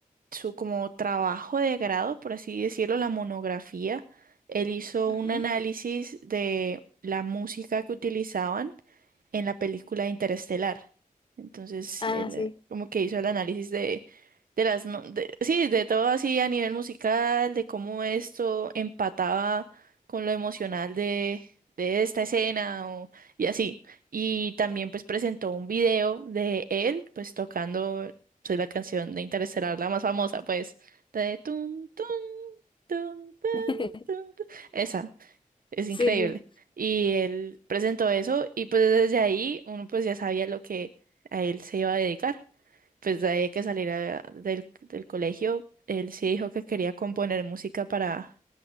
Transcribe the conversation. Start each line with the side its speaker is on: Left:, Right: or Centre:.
Right: su como trabajo de grado, por así decirlo, la monografía, él hizo
Left: Ujú.
Right: un análisis de la música que utilizaban en la película de Interestelar. Entonces,
Left: Ah,
Right: él
Left: sí.
Right: eh, como que hizo el análisis de, de las, no- de- sí, de todo así a nivel musical, de cómo esto empataba con lo emocional de, de esta escena o- y así. Y también pues presentó un video de él pues tocando pues, la canción de Interestelar, la más famosa pues, de tun, tun, tun, tun,
Left: <laughs>
Right: tun, tun. Esa. Es
Left: Sí,
Right: increíble.
Left: sí,
Right: Y él presentó eso y pues desde ahí uno pues ya sabía lo que a él se iba a dedicar. Pues de ahí que saliera del, del colegio, él sí dijo que quería componer música para,